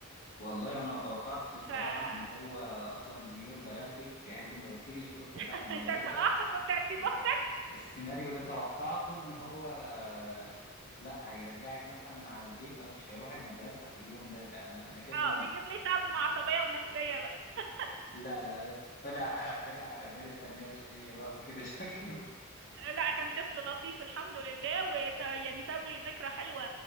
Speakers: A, on the left; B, on the right.
A: والله انا ما توقعتش الصراحه
B: فانت
A: ان هو اصلا يرضى ياخدك يعني انت ما قلتليش بوت
B: <laughs>
A: بقى ومدرسه
B: كأخ كنت هتسيب
A: آه
B: اختك
A: السيناريو اللي توقعته ان هو آه، لا هيرجعك مثلا على البيت او مش هيروح المدرسه في اليوم ده لان انا كده
B: اه
A: كده ما عندي
B: ويجيب لي صدمة عصبية ونفسية بقى <laughs>
A: لا لا طلع طلع دارس تنميه بشريه بقى وكده <laughs> شكله
B: لا كان طفل لطيف الحمد لله وس... يعني ساب لي ذكرى حلوة